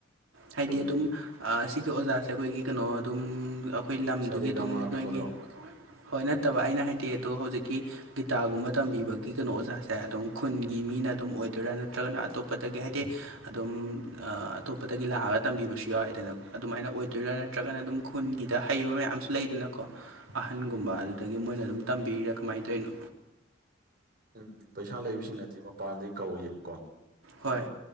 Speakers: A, on the right; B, on the right.
A: ꯍꯥꯏꯗꯤ
B: ꯑꯗꯨꯝꯕꯩ
A: ꯑꯗꯨꯝ ꯑ ꯁꯤꯒꯤ ꯑꯣꯖꯥꯁꯦ ꯑꯩꯈꯣꯏꯒꯤ ꯀꯩꯅꯣ ꯑꯗꯨꯝ ꯑ ꯈꯣꯏ ꯂꯝꯗꯨꯒꯤ
B: ꯁꯥꯔꯦ ꯒꯃꯥꯒꯨꯝꯕꯗꯣ
A: ꯑꯗꯨꯝ ꯅꯣꯏꯒꯤ ꯍꯣꯏ ꯅꯠꯇꯕ ꯑꯩꯅ ꯍꯥꯏꯗꯤ ꯑꯗꯣ ꯍꯧꯖꯤꯛꯀꯤ ꯒꯤꯇꯥꯔꯒꯨꯝꯕ ꯇꯝꯕꯤꯕꯒꯤ ꯀꯩꯅꯣ ꯑꯣꯖꯥꯁꯦ ꯑꯗꯨꯝ ꯈꯨꯟꯒꯤ ꯃꯤꯅ ꯑꯗꯨꯝ ꯑꯣꯏꯗꯣꯏꯔꯥ ꯅꯠꯇ꯭ꯔꯒꯅ ꯑꯇꯣꯞꯄꯗꯒꯤ ꯍꯥꯏꯗꯤ ꯑꯗꯨꯝ ꯑ ꯑꯇꯣꯞꯄ ꯇꯒꯤ ꯂꯥꯛꯑꯒ ꯇꯝꯕꯤꯕꯁꯨ ꯌꯥꯎꯋꯦꯗꯅ ꯑꯗꯨꯃꯥꯏꯅ ꯑꯣꯏꯗꯣꯏꯔꯥ ꯅꯠꯇ꯭ꯔꯒꯅ ꯑꯗꯨꯝ ꯈꯨꯟꯒꯤꯗ ꯍꯩꯕ ꯃꯌꯥꯝꯁꯨ ꯂꯩꯗꯅꯀꯣ ꯑꯍꯟꯒꯨꯝꯕ
B: ꯎꯝ
A: ꯑꯗꯨꯗꯒꯤ ꯃꯣꯏꯅ ꯑꯗꯨꯝ ꯇꯝꯕꯤꯔꯤꯔꯥ ꯀꯃꯥꯏ ꯇꯣꯏꯅꯣ
B: ꯎꯝ ꯄꯩꯁꯥ ꯂꯩꯕꯁꯤꯡꯅꯗꯤ ꯃꯄꯥꯟꯗꯒꯤ ꯀꯧꯋꯦꯕꯀꯣ ꯑꯗꯨꯒ
A: ꯍꯣꯏ